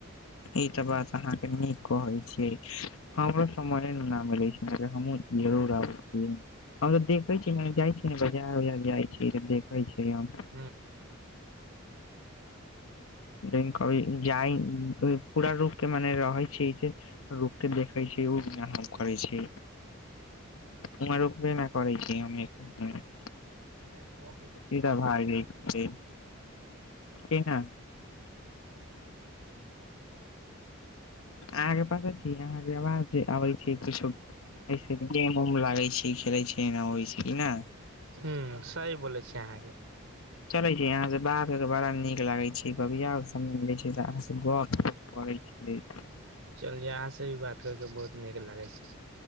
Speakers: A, on the left; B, on the right.
A: ई तऽ बात अहाँके नीक कहै छियै हमरो समयये ना मीलै छै हमहु जरुर आबतीयै हम तऽ देखै छी मने जाइ छी ने बाजार उजार जाइ छी तऽ देख छी हम
B: हुॅं
A: लेकिन क जाइ पूरा रूप के मने रहै छी से रुककेे देखै छै उमे हाम करै छै उमर रुकबे नै करै छी हम एक <unintelligible>
B: <inaudible>
A: सीधा भागै छी कि ना अहाँके पता छै अहाँके आवाज आबै छै किछो ऐसे गेम उम लागै छै खेले छी ओहि छी ना
B: हुॅं सही बोलै छी अहाँके
A: चलै छी यहाँ से बात करके बड़ा नीक लागै छै कभी आव हम मीलै छै अहाँ गप करै छ <unintelligible>
B: चल यहाँ से भी बात कर के बहुत नीक लागै छै